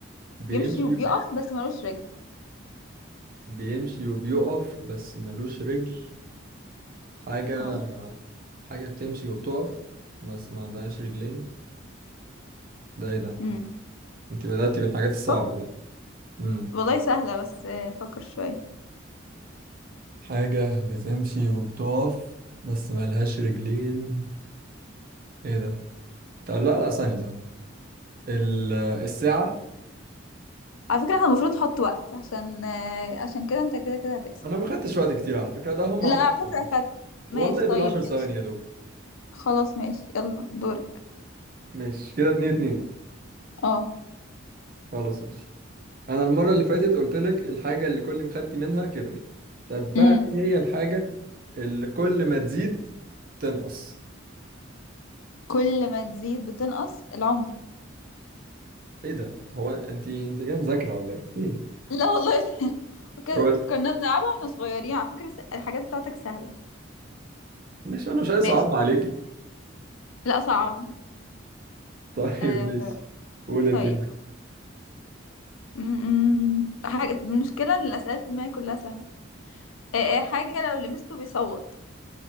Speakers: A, on the right; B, on the left.
A: بيمشي
B: بيمشي وبيقف بس مالوش رجل
A: بيمشي وبيقف بس ملوش رجل حاجة
B: اه
A: حاجة بتمشي وبتقف بس ما عندهاش رجلين ده ايه ده
B: امم
A: انت بدأتي بالحاجات الصعبة
B: فك...
A: بقى مم.
B: والله سهلة بس آه فكر شوية
A: حاجة بتمشي وبتقف بس ملهاش رجلين ايه ده؟ طب لا لا ثانية ثانية ال- الساعة
B: على فكرة احنا المفروض نحط وقت عشان آه عشان كده انت كده كده هتكسب
A: انا ما خدتش وقت كتير على فكرة ده هم
B: لا
A: 10
B: على فكرة
A: ثواني
B: اخدت ماشي
A: والله دول
B: طيب
A: 10 ثواني
B: ماشي
A: يا دوب
B: خلاص ماشي يلا دورك
A: ماشي كده اتنين اتنين
B: اه
A: خلاص ماشي انا المرة اللي فاتت قلت لك الحاجة اللي كل ما خدتي منها كبرت طب بقى
B: امم
A: ايه هي الحاجة اللي كل ما تزيد تنقص
B: كل ما تزيد بتنقص العمر
A: ايه ده؟ هو انت انت جاية مذاكرة ولا ايه؟ فين؟
B: لا والله <laughs> وكده
A: هو
B: كنا بنلعبها واحنا صغيرين على فكرة س- الحاجات بتاعتك سهلة
A: ماشي انا مش عايز
B: ماشي
A: اصعب عليكي
B: لا صعب
A: <laughs> طيب
B: آه
A: ماشي قول انت
B: طيب م- م- حاجة المشكلة ان الأسئلة في دماغي كلها سهلة إيه إيه حاجة لو لمسته بيصوت